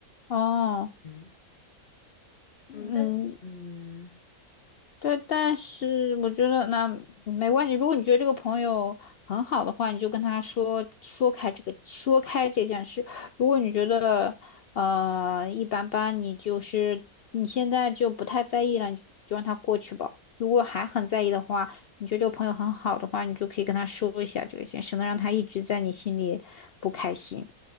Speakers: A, on the left; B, on the left.
A: 哦，
B: 嗯
A: 嗯，
B: 嗯，但是嗯。
A: 对，但是我觉得那没关系。如果你觉得这个朋友很好的话，你就跟他说说开这个说开这件事。如果你觉得呃一般般，你就是你现在就不太在意了，你就让他过去吧。如果还很在意的话，你觉得这个朋友很好的话，你就可以跟他说一下这个事，省得让他一直在你心里不开心。